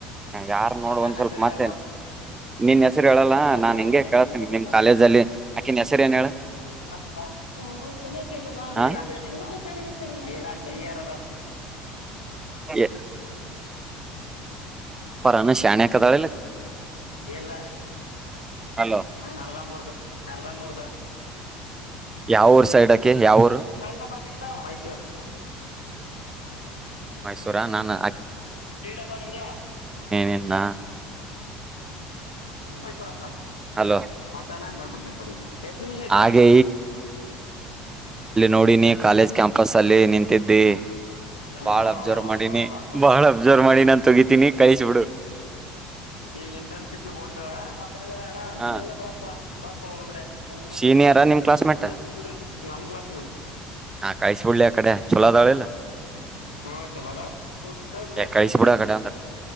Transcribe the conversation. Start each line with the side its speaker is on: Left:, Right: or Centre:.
Right: ಯಾರ್ ನೋಡ್
Left: ಮತ್ತ್
Right: ಒಂದ್
Left: ನನ್ನ
Right: ಸ್ವಲ್ಪ
Left: ಸರಿ
Right: ಮತ್ತೆ
Left: ಹೇಳಿ ಮತ್
Right: ನಿನ್ ಹೆಸರು ಹೇಳಲ್ಲ
Left: <unintelligible>
Right: ನಾನ್ ಹಿಂಗೆ ಕೇಳ್ತೇನಿ ನಿಮ್ ಕಾಲೇಜ ಅಲ್ಲಿ ಆಕಿನ್ ಹೆಸರು ಏನ್ ಹೇಳ
Left: ಹ ಕೇಳುವ <unintelligible>
Right: ಹ <unintelligible> ಎ ಅನ ಶಾಣ್ಯಕ್ ಅದಾಳಿಲ್ಲಕಿ
Left: ಎಲ್ಲ <unintelligible>
Right: ಹಲೋ
Left: ಅರ್ಧರು ಅರ್ಧ ಮೂರುದ
Right: ಯಾವರ್ ಸೈಡ್ಕ್ಕೆ ಯಾವರ್
Left: ಜಾಯತ ಮಾಡತಟ ಆಯಸರ್
Right: ಮೈಸೂರಾ ನಾನನ್
Left: ಶೀಡಬ ನಿ <unintelligible>
Right: ನಿನ್ನ
Left: ಆಯ್ತ ಕೊಡಪ್ಪಾ
Right: ಹಲೋ
Left: ಮತ್ತ ಮಾಡಬಡ್ತೇ ಎಷ್ಟ್ ನಿಮಿಷ ಆಯ್ತಾ
Right: ಹಾಗೆ ನೋಡಿ ನೀ ಕಾಲೇಜ್ ಕ್ಯಾಂಪಸ್ ಸಲ್ಲಿ ನಿಂತಿದ್ದಿ
Left: ಹ್ಞೂ
Right: ಬಾಳ ಅಬ್ಸರ್ವ್ ಮಾಡಿನಿ
Left: ಪಾಪ ಪಾಪ
Right: ಬಾಳ್ ಅಬ್ಸರ್ವ್ ಮಾಡಿ ತಗ ತಿನಿ ಕೈಚಬಡು
Left: ಈ ಇಂಟರ್ನ್ಶಿಪ್ ಹೊಂಟಣ್ಣ
Right: ಹ
Left: ಮೇಲೆಪ ಬಾಪ ಹೊರಗಡೆ ಮುಳಗಡೆ
Right: ಸೀನಿಯರಾ
Left: ಬಂದ್ರಿ
Right: ನಿಮ್ ಕ್ಲಾಸ್ಮೇಟ್
Left: ಮುಗಡೆ ಬಂದ್ಬಿಡ್ರಿ ನಮ್ ಕ್ಲಾಸ್ ಮಂ
Right: ಹಾ ಕಳಿಸಿಬಡ್ಲಿ ಆ ಕಡೆ ಚಛೋಲ ದಾಳೆಲ್ಲ
Left: ಹಾ ಚಲೋದಾವ ಬಿ್ರ
Right: ಏ ಕಳಿಸಿ
Left: ಬಿ್ರ
Right: ಬಿಡ ಆ ಕಡೆ ಅಂದ್ರ